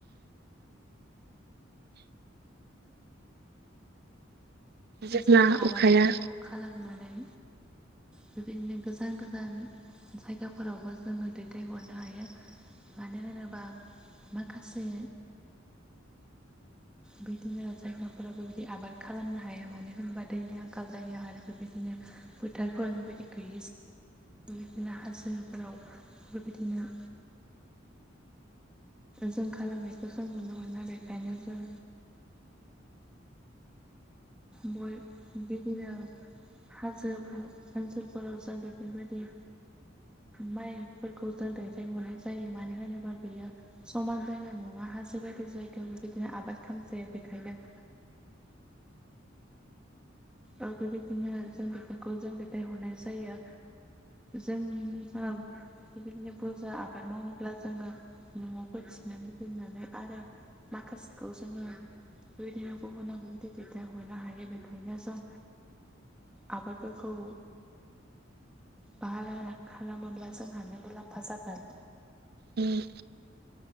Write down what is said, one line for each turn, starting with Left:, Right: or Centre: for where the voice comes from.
Right: जेब्ला
Centre: जोङो आबादफोरखौ
Right: अखाया
Centre: खालामनानै बेबायदिनो गोजान गोजान जायगाफोरावबो जोङो दैथायहरनो हायो। मानो होनोबा माखासे बिदिनो जायगाफोराव बेबायदि आबाद खालामनो हाया मानो होनबा दैनि आंखाल जायो आरो बेबायदिनो फोथारफोर बेबायदि गैयै <unintelligible> हाजोफोराव बो बिदिनो जों खालामनायखौ जों नुनो मोना बेखायनो जों बय बेदिनो हाजो ओनसोलफोराव जों बेफोरबायदि माइफोरखौ जों दैथायहरनाय जायो मानो होनोबा बेयो समान जायगा नङा हाजो बायदि जायगायाव बेबायदिनो आबाद खालामजाया बेखायनो ओ बेबायदिनो जों बेफोरखौ जों दैथायहरनाय जायो। जोंनि <unintelligible> बेबायदिनो बुरजा आबाद मावोब्ला जोङो न'आवबो थिनानै दोननानै आरो माखासेखौ जोङो बेबायदिनो गुबुनाव बेबायदि दैथायहरनो हायो बेखायनो जों आबादफोरखौ बारा खालामोब्ला जोंहानो मुलाम्फा जागोन।
Right: उम।